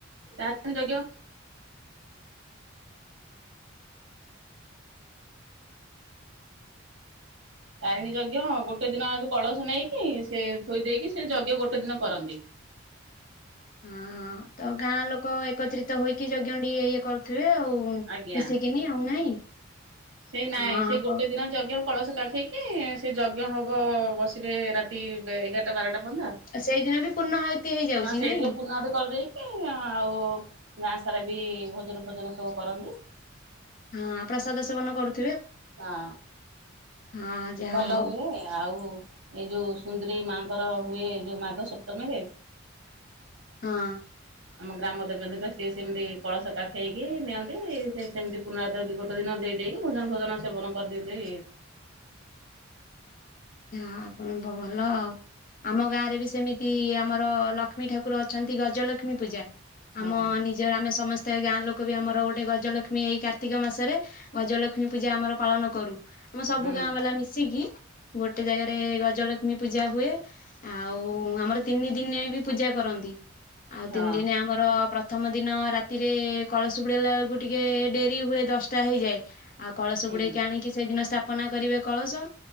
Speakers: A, on the right; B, on the left.
A: ଚା ଯୋଗଓ ତାରିଣୀ ଯଜ୍ଞ ଗୋଟେ ଦିନ କଳସ ନେଇକି ସେ ଥୋଇ ଦେଇକି ସେ ଯଜ୍ଞ ଗୋଟେ ଦିନ କରନ୍ତି। <inaudible>
B: ହଁ ହଁ ତ ଗାଁ ଲୋକ ଏକତ୍ରିତ ହେଇକି ଜଜ୍ଞ ଇଏ କରୁଥିବେ ଆଉ।
A: ଆଜ୍ଞା
B: ମିଶିକିନି ଆଉ ନାଇଁ
A: ସେଇ ନାଇଁ
B: ହଁ
A: ସେ ଗୋଟେ
B: କ
A: ଦିନ ଯଗ କଳସ କାଖେଇକି ସେ ଯଜ୍ଞ ହେବ ବସିବେ ରାତି ଏଗାରଟା ବାରଟା ହଁ
B: ସେଇଦିନ ବି ପୂର୍ଣ୍ଣ ଆହୁତି ହେଇଯାଉଛି
A: ସେଇଥିରେ
B: ନାଇଁ?
A: ପୁନା ଆହୁତୀ କରିଦେଇକି ଆଉ ଗାଁ ସାରା ବି ଭୋଜନ ଫୋଜନ ସବୁ କରନ୍ତି।
B: ହଁ ପ୍ରସାଦ ସେବନ କରୁ
A: ହଁ
B: ହଁ ଯାହା
A: ଭଲ
B: ହଉ
A: ହୁଏ ଆଉ ଏଇ ଯୋଉ ସୁନ୍ଦରୀ ମାଙ୍କର ହୁଏ ଯୋଉ ମାଘ ସପ୍ତମୀରେ
B: ହଁ।
A: ଆମ ଗ୍ରାମ ଦେବ ଦୀଙ୍କ ସିଏ ସେମିତି କଳସକାା ଖେଇକି ନିଅନ୍ତି ସେ ସେମିତି ପୁନରା ଦି ଗୋଟ ଦିନ ଦ ଦେଇକି ଭୋଜନ ଫୋଜନ ସେବନ କରିଦିନ୍ତି।
B: ହ ଆପଣ ଭଲ ଆଉ। ଆମ ଗାଁ ରେ ବି ସେମିତି ଆମର ଲକ୍ଷ୍ମୀ ଠାକୁର ଅଛନ୍ତି ଗଜଲକ୍ଷ୍ମୀ ପୂଜା
A: ହଁ
B: ଆମ ନିଜର ଆମେ ସମସ୍ତେ େ ଗାଁ ଲୋକ ବି ଆମର ଗୋଟେ ଗଜଲକ୍ଷ୍ମୀ ଏଇ କାର୍ତ୍ତିକ ମାସରେ ଗଜଲକ୍ଷ୍ମୀ ପୂଜା ଆମର ପାଳନ କରୁ। ଆମ ସବୁ
A: ହୁଁ
B: ଗାଁ ବାଲା ମିଶିକି ଗୋଟେ ଜାଗାରେ ଗଜଲକ୍ଷ୍ମୀ ପୂଜା ହୁଏ ଆଉ ଆମର ତିନି ଦିନ ବି ପୂଜା କରନ୍ତି। ଆଉ
A: ହଁ
B: ତିନି ଦିନ ଆମର ପ୍ରଥମ ଦିନ ରାତିରେ କଳସ ବୁଡ଼ାଇଲା ବେଳକୁ ଟିକଏ ଡେରି ହୁଏ ଦଶଟା ହେଇଯାଏ। ଆଉ କଳସ
A: ହୁଁ
B: ବୁଡେଇକି ଆଣିକି ସେଇଦିନ ସ୍ଥାପନା କରିବେ କଳସ